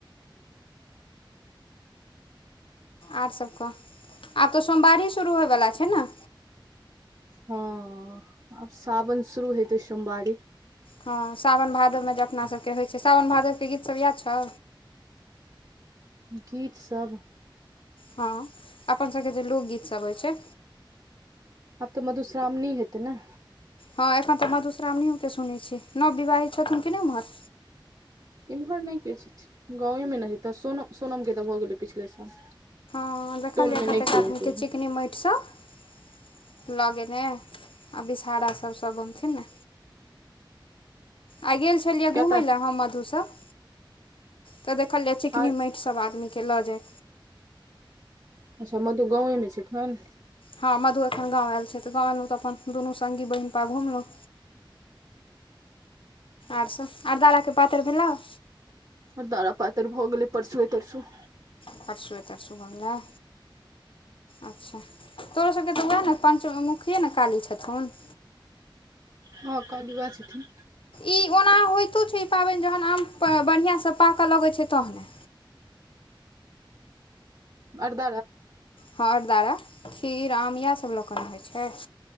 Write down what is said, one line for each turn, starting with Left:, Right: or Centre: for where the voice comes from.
Right: <inaudible>
Left: आर सब कह आब तऽ सोमवारी शुरू होइवला छै ने
Right: हँ आब सावन शुरू हेते सोमवारी
Left: हँ सावन भादवमे जे अपना सभके होइत छै सावओन भादवके गीतसभ याद छौ
Right: गीतसब
Left: हँ अपनसबके जे लोकगीतसभ होइत छै
Right: आब तऽ मधुश्रावणी हेतै ने
Left: हँ एखन तऽ मधुश्रावणिओके सुनैत छियै नव विवाहित छथिन के नहि ओम्हर
Right: एम्हर नै केओ छथिन गाँवेमे नहि तऽ सोनम सोनमके तऽ भऽ गेलै पिछले साल
Left: ह देखलियै
Right: टोल मे
Left: कतेक
Right: नहि केओ
Left: आदमी
Right: हेतै
Left: के
Right: हूं
Left: चिकनी माटि सब लऽ गेलेने आ बिषहारा सब सब बनथिन ने आ गेल छलिये
Right: केटा
Left: घूमै ले हम मधु सब ते देखलिये चिकनी
Right: आ
Left: माटि सब आदमी खेल जा
Right: अच्छा मधु गावे में छैखन
Left: हँ मधु एखन गाम आयल छै तऽ गाम एयलहुँ तऽ अपन दुनू बहिनपा घुमलहुँ आर सब अरदाराके पातरि भेलह
Right: ओर दरा पातरि भऽ गेलै परसुए तरसू
Left: पररसुए तरसूए अच्छा तोरो सबके तऽ ओएह ने पञ्चमुखिये ने काली छथुन
Right: हँ कली ब छथिन
Left: ई ओना होइतो छै ई पाबनि जहन आम बढ़िआसँ पाकऽ लगैत छै तहने
Right: अर्ध
Left: हर दारा खीर आम इएहसब लोकनि होइ छै